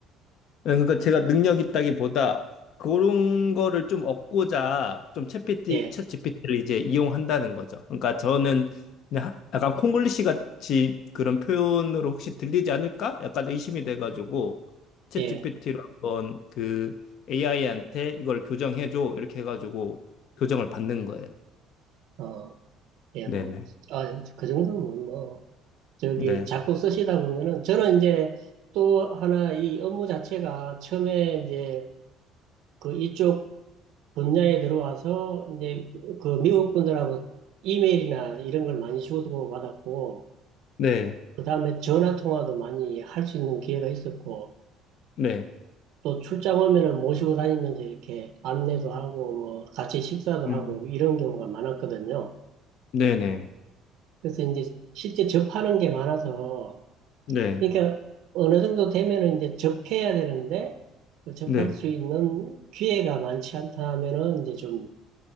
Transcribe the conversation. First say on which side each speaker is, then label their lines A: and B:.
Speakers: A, on the left (about 50°); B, on the right (about 60°).
A: 예, 그러니까 제가 능력 있다기보다 그런 거를 좀 얻고자 좀 챗GPT,
B: 예,
A: 챗GPT를 이제 이용한다는 거죠. 그러니까 저는 그냥 하- 약간 콩글리시 같이 그런 표현으로 혹시 들리지 않을까? 약간 의심이 돼가지고 챗GPT로
B: 예,
A: 한번 그 AI한테 이걸 교정해줘 이렇게 해가지고 교정을 받는 거예요.
B: 어, 예,
A: 네네.
B: 뭐, 아, 그 정도면 뭐, 저기
A: 네.
B: 자꾸 쓰시다 보면은 저는 이제 또 하나 이 업무 자체가 처음에 이제 그 이쪽 분야에 들어와서 이제 그 미국 분들하고 이메일이나 이런 걸 많이 주고받았고
A: 네.
B: 그다음에 전화 통화도 많이 할 수 있는 기회가 있었고
A: 네.
B: 또 출장 오면은 모시고 다니면서 이렇게 안내도 하고 뭐 같이 식사도
A: 음.
B: 하고 이런 경우가 많았거든요.
A: 네네.
B: 그래서 이제 실제 접하는 게 많아서
A: 네.
B: 그러니까 어느 정도 되면은 이제 접해야 되는데 그 접할
A: 네.
B: 수 있는 기회가 많지 않다 하면은 이제 좀